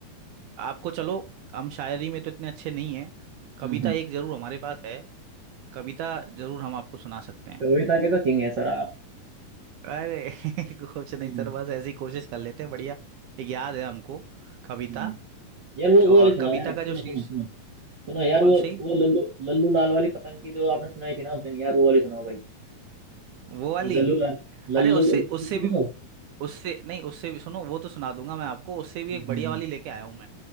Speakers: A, on the right; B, on the right.
A: आपको चलो हम शायरी में तो इतने अच्छे नहीं हैं कविता
B: हम्म हम्म
A: एक जरूर हमारे पास है कविता जरूर हम आपको सुना सकते हैं
B: कविता के तो किंग है सर आप
A: अरे <laughs> कुछ नहीं
B: हम्म
A: सर बस ऐसी कोशिश कर लेते हैं बढ़िया एक याद है हमको कविता
B: हम्म यार वो वो
A: और
B: वाली सुना
A: कविता
B: यार
A: का
B: सुनो
A: जो हम्म
B: सुनो
A: शीर्ष
B: सुनो सुनो यार
A: कौन
B: वो
A: सी
B: वो लल्लू लल्लू लाल वाली पतंग की जो आपने सुनाई थी ना उस दिन यार वो वाली सुनाओ भाई
A: वो वाली
B: लल्लू लल्लू
A: अरे उससे
B: लल्लू
A: उससे
B: किसी
A: भी
B: को
A: उससे नहीं उससे भी सुनो वो तो सुना दूंगा मैं आपको उससे भी
B: हम्म,
A: एक बढ़िया
B: हम्म,
A: वाली लेके आया हूं मैं